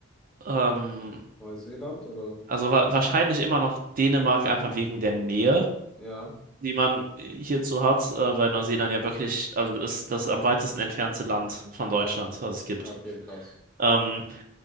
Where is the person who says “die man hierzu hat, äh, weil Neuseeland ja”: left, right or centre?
Right